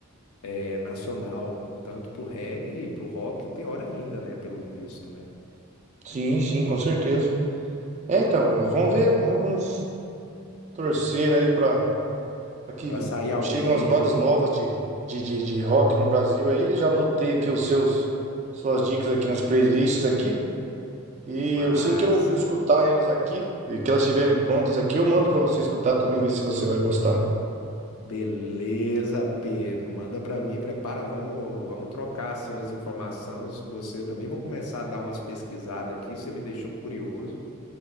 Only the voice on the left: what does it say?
eh, nacional, tanto para o reggae e para o rock, pior ainda, né? Pelo visto, né?
Para sair alguém
do.
Massa!
Beleza, Pedro. Manda para mim, prepara, vamos, vamos trocar assim as informações. Você, eu também vou começar a dar umas pesquisadas aqui, você me deixou curioso.